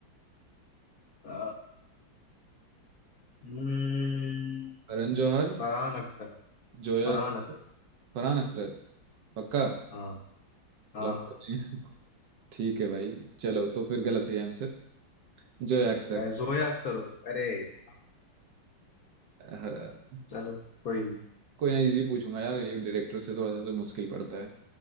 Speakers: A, on the left; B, on the right.
A: अ, हम्म,
B: करण जौहर
A: फरहान अख्तर
B: जोया
A: फरहान
B: अख्तर,
A: अख्तर
B: फरहान अख्तर पक्का
A: हाँ हाँ
B: लॉक
A: हाँ
B: कर दें? <laughs> ठीक है भाई चलो तो फिर गलत है आंसर जोया अख्तर
A: जोया अख्तर हो अरे यार,
B: हाँ,
A: चलो कोई नहीं
B: कोई ना इजी पूछूंगा यार ये डायरेक्टर से थोड़ा सा तो मुश्किल पड़ता है